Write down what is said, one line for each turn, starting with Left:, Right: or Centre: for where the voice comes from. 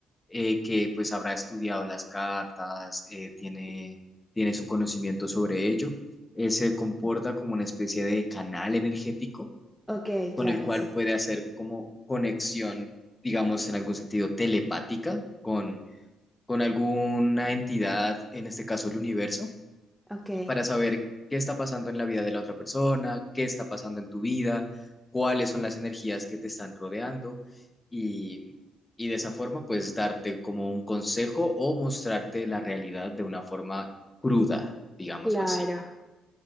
Left: eh, que pues habrá estudiado las cartas, eh, tiene, tiene su conocimiento sobre ello. Él se comporta como una especie de canal energético
Centre: ok,
Left: con
Centre: claro,
Left: el cual
Centre: sí,
Left: puede hacer como conexión, digamos, en algún sentido telepática con, con alguna entidad, en este caso el universo
Centre: ok,
Left: para saber qué está pasando en la vida de la otra persona, qué está pasando en tu vida, cuáles son las energías que te están rodeando y, y de esa forma pues darte como un consejo o mostrarte la realidad de una forma cruda, digámoslo
Centre: claro.
Left: así.